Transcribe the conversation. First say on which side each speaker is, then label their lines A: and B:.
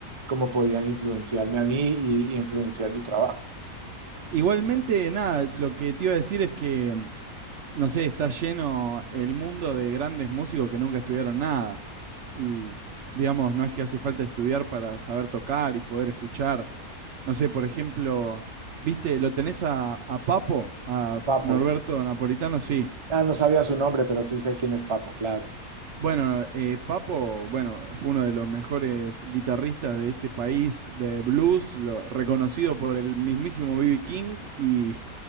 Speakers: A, on the right; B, on the right.
A: cómo podían influenciarme a mí y, y influenciar mi trabajo.
B: Igualmente, nada, lo que te iba a decir es que, mm, no sé, está lleno el mundo de grandes músicos que nunca estudiaron nada. Y, digamos, no es que hace falta estudiar para saber tocar y poder escuchar. No sé, por ejemplo, ¿viste? ¿Lo tenés a, a Papo, a
A: A Papo.
B: Norberto Napolitano? Sí.
A: Ah, no sabía su nombre, pero sí sé quién es Papo, claro.
B: Bueno, eh, Papo, bueno, fue uno de los mejores guitarristas de este país de blues, lo- reconocido por el mismísimo B.B. King, y,